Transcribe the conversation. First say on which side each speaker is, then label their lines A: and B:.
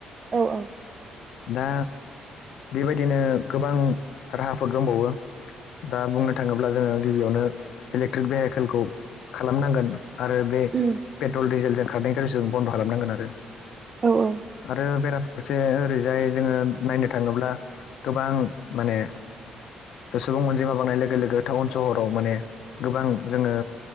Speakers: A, on the right (about 40°); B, on the left (about 75°).
A: औ औ
B: दा बेबायदिनो गोबां राहाफोर दंबावो दा बुंनो थाङोब्ला जोङो गिबिआवनो इलेक्ट्रिक भिहाइकेलखौ खालामनांगोन आरो बे
A: उम
B: पेट्रल डिजिलजों खारनायखौ जों बन्द' खालामनांगोन आरो
A: औ औ
B: आरो बेराफारसे ओरैजाय जोङो नायनो थाङोब्ला गोबां माने ओ सुबुं अनजिमा बांनाय लोगो लोगो टाउन सहराव माने गोबां जोङो